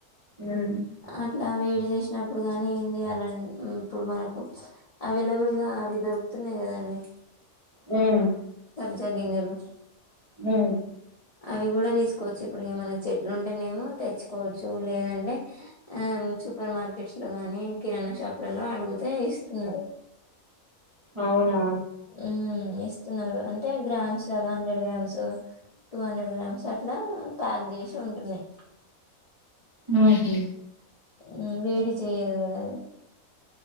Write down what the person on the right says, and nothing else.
హ్మ్
వేము
ఉమ్
అవునా
ఉహూ